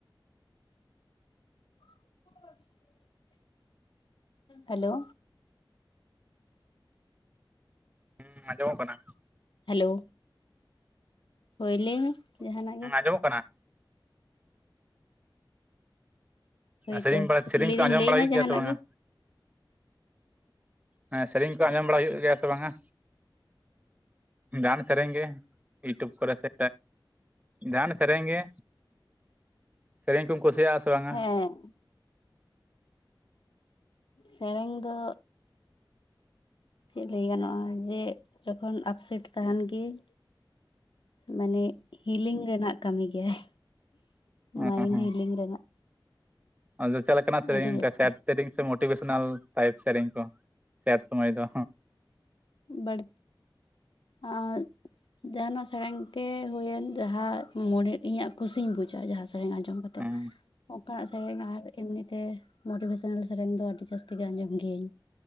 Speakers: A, on the left (about 70°); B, on the right (about 20°).
A: <inaudible> ᱦᱮᱞᱳ
B: ᱦᱩᱸ ᱟᱸᱡᱚᱢᱚᱜ ᱠᱟᱱᱟ᱾
A: ᱦᱮᱞᱳ ᱦᱳᱭ ᱞᱟᱹᱭ ᱢᱮ ᱡᱟᱦᱟᱱᱟᱜ ᱜᱮ
B: ᱟᱸᱡᱚᱢᱚᱜ ᱠᱟᱱᱟ
A: ᱦᱳᱭᱛᱚ
B: ᱥᱮᱨᱮᱧ ᱵᱟᱲᱟ ᱥᱮᱨᱮᱧ
A: ᱞᱟᱹᱭᱫᱟᱹᱧ
B: ᱠᱚ ᱟᱸᱡᱚᱢ
A: ᱞᱟᱹᱭ
B: ᱵᱟᱲᱟ
A: ᱢᱮ
B: ᱦᱩᱭᱩᱜ
A: ᱡᱟᱦᱟᱱᱟᱜ
B: ᱜᱮᱭᱟ ᱥᱮ ᱵᱟᱝᱟ
A: ᱜᱮ
B: ᱦᱮᱸ ᱥᱮᱨᱮᱧ ᱠᱚ ᱟᱸᱡᱚᱢ ᱵᱟᱲᱟ ᱦᱩᱭᱩᱜ ᱜᱮᱭᱟ ᱥᱮ ᱵᱟᱝᱟ ᱡᱟᱦᱟᱱᱟᱜ ᱥᱮᱨᱮᱧ ᱜᱮ ᱤᱭᱩᱴᱩᱵᱽ ᱠᱚᱨᱮ ᱥᱮ ᱡᱟᱦᱟᱱ ᱥᱮᱨᱮᱧ ᱜᱮ ᱥᱮᱨᱮᱧ ᱠᱚᱢ ᱠᱩᱥᱟ ᱥᱟ ᱵᱟᱝ
A: ᱦᱮᱸ
B: ᱟ
A: ᱥᱮᱨᱮᱧ ᱫᱚ ᱪᱮᱫ ᱞᱟᱹᱭ ᱜᱟᱱᱚᱜᱼᱟ ᱡᱮ ᱡᱚᱠᱷᱚᱱ ᱟᱯᱥᱮᱴ ᱛᱟᱦᱮᱱ ᱜᱮᱭᱟᱹᱧ ᱢᱟᱱᱮ ᱦᱤᱞᱤᱝ ᱨᱮᱱᱟᱜ ᱠᱟᱹᱢᱤ ᱜᱮᱭᱟᱭ
B: ᱚ
A: ᱢᱟᱭᱤᱱ
B: ᱦᱚᱸ
A: ᱦᱤᱞᱤᱧ ᱨᱮᱱᱟᱜ
B: ᱟᱫᱚ ᱪᱮᱫ ᱞᱮᱠᱟᱱᱟᱜ ᱥᱮᱨᱮᱧ
A: ᱟᱹᱰᱤ ᱡᱟᱹᱥᱛᱤ
B: ᱥᱮᱴ ᱥᱮᱨᱮᱧ ᱥᱮ ᱢᱳᱴᱤᱵᱷᱮᱥᱚᱱᱟᱞ ᱴᱟᱭᱤᱯ ᱥᱮᱨᱮᱧ ᱠᱚ ᱥᱮᱴ ᱥᱚᱢᱚᱭ ᱫᱚ
A: ᱵᱟᱹᱲ ᱟᱸ ᱡᱟᱦᱟᱱᱟᱜ ᱥᱮᱨᱮᱧ ᱜᱮ ᱦᱩᱭᱮᱱ ᱡᱟᱦᱟᱸ ᱢᱚᱱᱮ ᱤᱧᱟᱹᱜ ᱠᱩᱥᱤᱧ ᱵᱩᱡᱟ ᱡᱟᱦᱟᱸ ᱥᱮᱨᱮᱧ ᱟᱸᱡᱚᱢ ᱠᱟᱛᱮᱜ
B: ᱦᱩᱸ
A: ᱚᱠᱟᱱᱟᱜ ᱥᱮᱨᱮᱧ ᱟᱨ ᱮᱢᱱᱤ ᱛᱮ ᱢᱳᱴᱤᱵᱷᱮᱥᱚᱱᱟᱞ ᱥᱮᱨᱮᱧ ᱫᱚ ᱟᱹᱰᱤ ᱡᱟᱹᱥᱛᱤ ᱜᱮ ᱟᱸᱡᱚᱢ ᱜᱮᱤᱭᱟᱹᱧ